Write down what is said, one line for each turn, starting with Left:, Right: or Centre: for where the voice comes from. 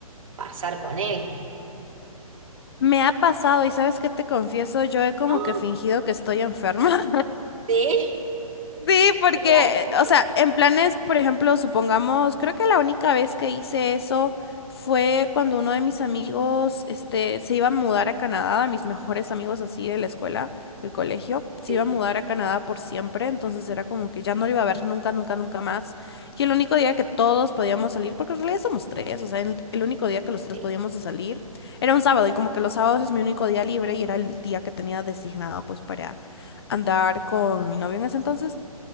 Right: pasar con él?
Left: Me ha pasado y sabes qué te confieso, yo he como
Right: No,
Left: que fingido que estoy enferma.
Right: Sí,
Left: Sí, porque,
Right: mira, sí, sí,
Left: o sea, en planes, por ejemplo, supongamos, creo que la única vez que hice eso fue cuando uno de mis amigos, este, se iba a mudar a Canadá, mis mejores amigos así de la escuela, del colegio, se
Right: sí.
Left: iba a mudar a Canadá por siempre, entonces era como que ya no lo iba a ver nunca, nunca, nunca más. Y el único día que todos podíamos salir, porque en realidad somos tres, o sea, el, el único día que los tres
Right: sí.
Left: podíamos salir era un sábado y como que los sábados es mi único día libre y era el día que tenía designado pues para andar con mi novio en ese entonces.